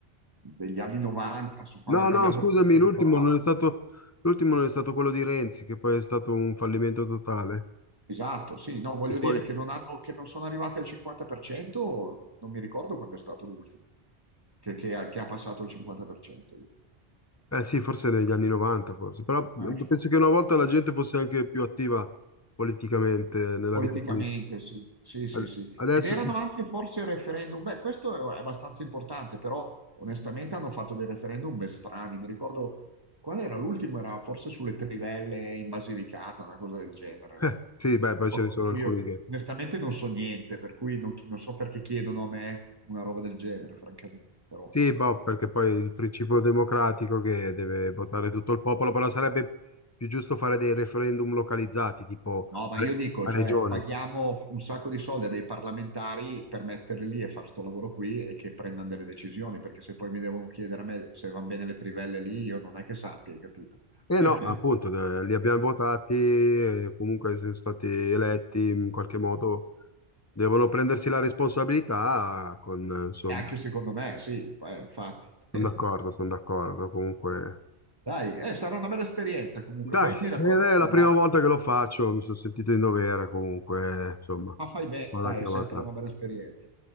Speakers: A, on the right; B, on the left.
A: degli anni 90, su quando
B: No,
A: hanno
B: no,
A: cambiato
B: scusami,
A: la legge
B: l'ultimo
A: elettorale.
B: non è stato, l'ultimo non è stato quello di Renzi, che poi è stato un fallimento totale.
A: Esatto, sì, no, voglio
B: E poi...
A: dire che non hanno, che non sono arrivati al 50%, non mi ricordo quando è stato l'ultimo, che, che ha che ha passato il 50%.
B: Eh sì, forse negli anni 90, forse, però eh,
A: Ah, infatti.
B: penso che una volta la gente fosse anche più attiva politicamente nella
A: Politicamente,
B: vita politica.
A: sì, sì, sì,
B: Ad-
A: sì.
B: Adesso
A: Ed erano
B: sì,
A: anche forse referendum, beh, questo è abbastanza importante, però onestamente hanno fatto dei referendum ben strani. Mi ricordo, qual era l'ultimo? Era forse sulle trivelle in Basilicata, una cosa del genere.
B: <laughs> Sì, beh, poi
A: Cosa
B: ce ne sono
A: di cui
B: alcuni
A: Io
B: che...
A: onestamente non so niente, per cui non, chi- non so perché chiedono a me una roba del genere, francamente, però...
B: Sì,
A: no.
B: boh, perché poi il principio democratico che deve votare tutto il popolo, però sarebbe più giusto fare dei referendum localizzati, tipo
A: No, ma
B: re-
A: io dico,
B: a
A: cioè,
B: regione.
A: paghiamo un sacco di soldi a dei parlamentari per metterli lì e fare sto lavoro qui e che prendano delle decisioni, perché se poi mi devono chiedere a me se vanno bene le trivelle lì, io non è che sappia, hai capito?
B: E
A: <laughs>
B: no, appunto, eh, li abbiamo votati, eh, comunque sono stati eletti in qualche modo, devono prendersi la responsabilità con, eh, insomma...
A: E anche secondo me, sì, eh, infatti.
B: Sono
A: <laughs>
B: d'accordo, sono d'accordo. Comunque,
A: Dai, eh, sarà una bella esperienza comunque,
B: dai,
A: poi mi racconti
B: ed è la
A: come
B: prima
A: è andata.
B: volta che lo faccio, mi sono sentito in dovere comunque, insomma,
A: Ma fai bene,
B: vado
A: dai,
B: anche
A: è
B: la
A: sempre
B: volta.
A: una bella esperienza.